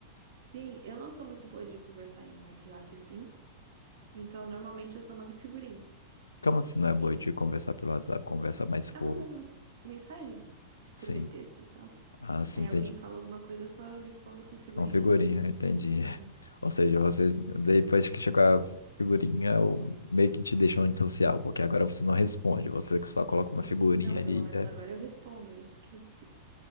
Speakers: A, on the right; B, on the left.
A: Sim, eu não sou muito boa de conversar em WhatsApp assim, então normalmente eu só mando figurinha.
B: Como assim não
A: Ok.
B: é boa de conversar pelo WhatsApp? Conversa mais,
A: Ficar
B: pô,
A: mandando men- mensagem, escrever
B: sim.
A: texto e tal.
B: Ah, sim,
A: Aí
B: entendi.
A: alguém fala alguma coisa, eu só respondo com figurinha
B: Com figurinha,
A: mesmo.
B: entendi. <laughs>
A: Aham.
B: Ou seja, você, depois que chegou a figurinha, o- meio que te deixou antissocial, porque agora você não responde, você só coloca
A: Sim.
B: uma figurinha
A: Não, pelo
B: ali,
A: menos
B: né?
A: agora eu respondo, é isso quer dizer.